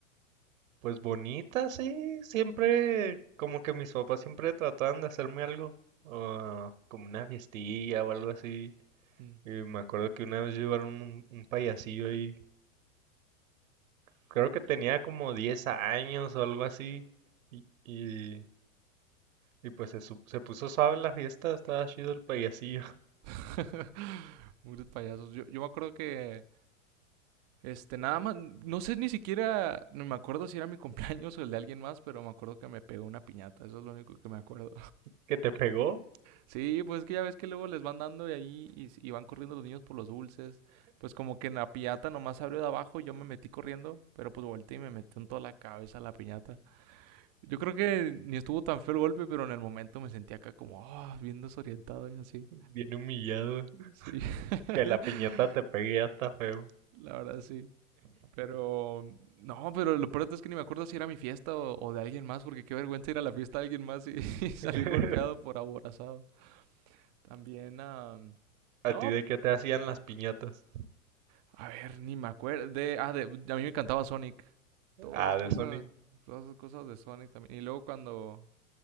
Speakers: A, on the right (about 70°); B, on the right (about 30°).
A: pues bonita, sí. Siempre, como que mis papás siempre trataban de hacerme algo, ah, como una fiestilla o algo así.
B: Mm.
A: Y me acuerdo que una vez llevaron un, un payasillo ahí. Creo que tenía como 10 años o algo así. Y, y, y pues se, su- se puso suave la fiesta, estaba chido el payasillo. <laughs>
B: <laughs> Muchos payasos. Yo, yo me acuerdo que este nada más no sé ni siquiera no me acuerdo si era mi cumpleaños o el de alguien más, pero me acuerdo que me pegó una piñata, eso es lo único que me acuerdo.
A: Que te pegó,
B: Sí, pues es que ya ves que luego les van dando de ahí y, s- y van corriendo los niños por los dulces. Pues como que en la piñata nomás abrió de abajo y yo me metí corriendo, pero pues volteé y me metió en toda la cabeza la piñata. Yo creo que ni estuvo tan feo el golpe, pero en el momento me sentí acá como, ah, bien desorientado y así.
A: bien humillado.
B: Sí. <laughs>
A: Que la piñata te pegue ya está feo.
B: La verdad sí. Pero, no, pero lo peor es que ni me acuerdo si era mi fiesta o, o de alguien más, porque qué vergüenza ir a la fiesta de alguien más y, <laughs> y salir
A: <laughs>
B: golpeado por aborazado. También, ah,
A: ¿A
B: no,
A: ti de qué te hacían las piñatas?
B: A ver, ni me acuerdo. De, ah, de, a mí me encantaba Sonic. Todas
A: Ah,
B: esas
A: de
B: cosas,
A: Sonic.
B: todas esas cosas de Sonic también. Y luego cuando...